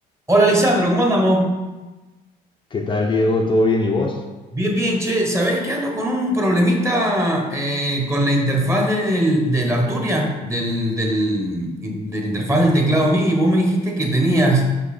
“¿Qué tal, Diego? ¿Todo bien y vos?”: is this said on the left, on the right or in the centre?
Left